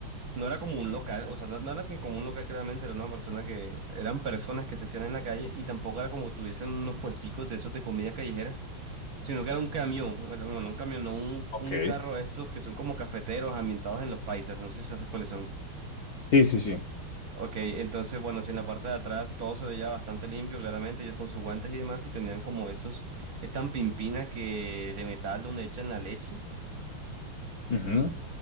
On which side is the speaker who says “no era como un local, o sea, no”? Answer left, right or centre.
Right